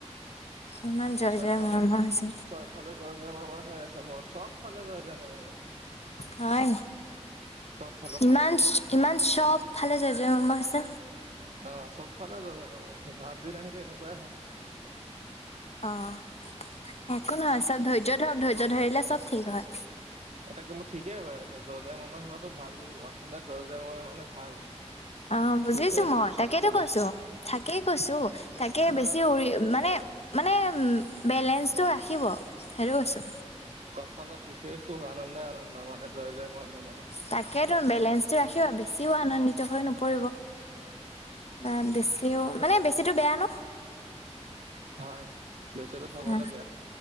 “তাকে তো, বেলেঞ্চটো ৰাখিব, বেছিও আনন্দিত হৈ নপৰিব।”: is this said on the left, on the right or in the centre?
Left